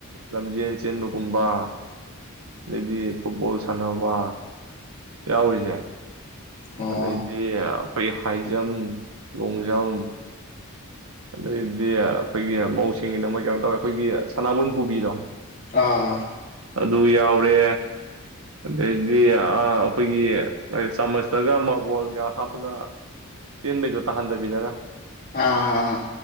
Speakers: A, on the right; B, on the left.
A: ꯂꯝꯖꯦꯟ ꯆꯦꯟꯕꯒꯨꯝꯕ ꯑꯗꯩꯗꯤ ꯐꯨꯠꯕꯣꯜ ꯁꯥꯟꯅꯕ ꯌꯥꯎꯔꯤꯁꯦ
B: ꯑꯣ
A: ꯑꯗꯩꯗꯤ ꯑꯩꯈꯣꯏꯒꯤ ꯍꯥꯏ ꯖꯝ, ꯂꯣꯡ ꯖꯝ ꯑꯗꯨꯏꯗꯤ ꯑꯩꯈꯣꯏꯒꯤ ꯃꯧꯁꯤꯡꯒꯤꯅ ꯃꯣꯏ ꯀꯩꯅꯣ ꯇꯧꯋꯦ ꯑꯩꯈꯣꯏꯒꯤ ꯁꯅꯥꯕꯨꯟ ꯄꯨꯕꯤꯗꯣ
B: ꯑꯥ꯫
A: ꯑꯗꯨ ꯌꯥꯎꯔꯦ ꯑꯗꯒꯤ ꯑꯩꯈꯣꯏꯒꯤ ꯆꯥꯃꯁꯇꯒ ꯃꯥꯔꯕꯣꯜꯒ ꯍꯥꯞꯄꯒ ꯆꯦꯟꯕꯩꯗꯣ ꯇꯥꯍꯟꯗꯕꯤꯗ ꯒ
B: ꯑꯥ꯫